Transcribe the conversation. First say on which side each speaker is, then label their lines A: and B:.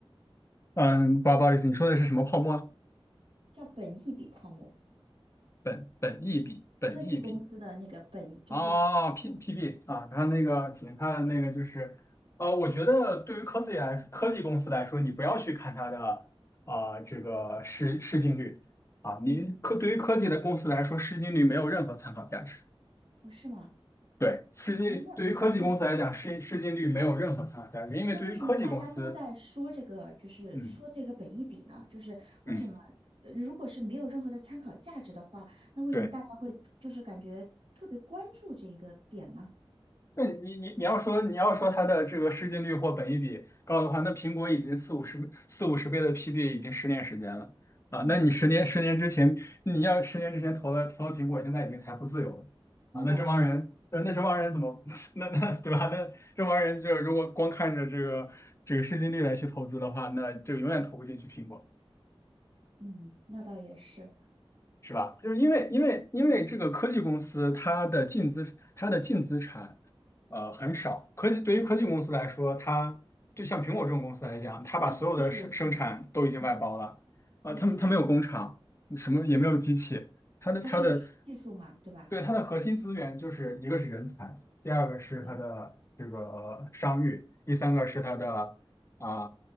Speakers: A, on the left; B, on the right.
A: 嗯，不好不好意思，你说的是什么泡沫？
B: 叫本益比泡沫，
A: 本本益比，本益比
B: 科技公司的那个本益就是，
A: 啊 p
B: 嗯
A: PB 啊，它那个行，看那个就是，呃，我觉得对于科技来科技公司来说，你不要去看它的啊、这个市市净率，
B: 嗯，
A: 科对于科技的公司来说，市净率没有任何参考价值。
B: 哦是吗？
A: 对，市净对于科技公司来讲，
B: 哎，那对，
A: 市市净率没有任何参考价值，因为对于科技公司，
B: 那为什么大家都在说这个，就是说这个本益比呢？
A: 嗯
B: 就是为什么，
A: 嗯。
B: 呃如果是没有任何的参考价值的话，那为什么大家会就是感觉特别关注这一个点呢？
A: 对。那你你你要说你要说它的这个市净率或本益比高的话，那苹果已经四五十四五十倍的 PB 已经十年时间了啊。
B: 嗯，
A: 那你十年十年之前，你要十年之前投了投了苹果，现在已经财富自由了啊。
B: 那倒是，
A: 那这帮人，那那这帮人怎么 <laughs> 那那对吧？那这帮人就如果光看着这个这个市净率来去投资的话，那就永远投不进去苹果。
B: 嗯，那倒也是，
A: 是吧？就是因为因为因为这个科技公司它的净资它的净资产呃很少，
B: 嗯，
A: 科技对于科技公司来说，它就像苹果这种公司来讲，它把所有的生生产都已经外包了，
B: 就是技术是吗？嗯
A: 呃，
B: ，OK，
A: 他们他没有工厂，什么也没有机器，它的它的
B: 它就是技术嘛，对吧
A: 对它的核心资源就是一个是人才，第二个是它的这个商誉，
B: ？OK，嗯
A: 第三个是它的啊